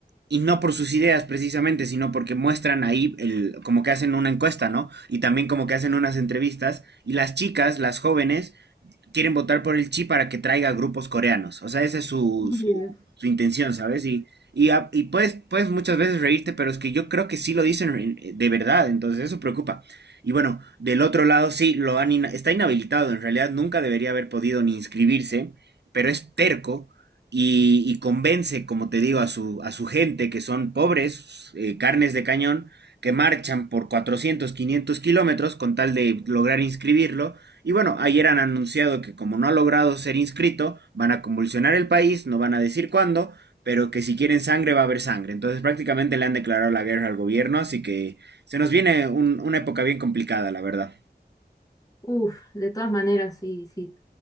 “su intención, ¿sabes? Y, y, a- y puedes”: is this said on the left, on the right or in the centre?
Right